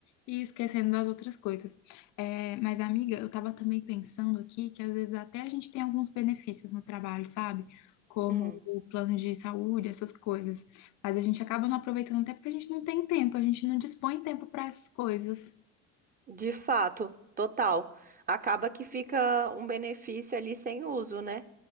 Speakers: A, on the left; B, on the right.
A: e esquecendo das outras coisas. É, mas, amiga, eu estava também pensando aqui que às vezes até a gente tem alguns benefícios no trabalho, sabe? Como
B: Hum.
A: o plano de saúde, essas coisas. Mas a gente acaba não aproveitando até porque a gente não tem tempo, a gente não dispõe tempo para essas coisas.
B: De fato, total. Acaba que fica um benefício ali sem uso, né?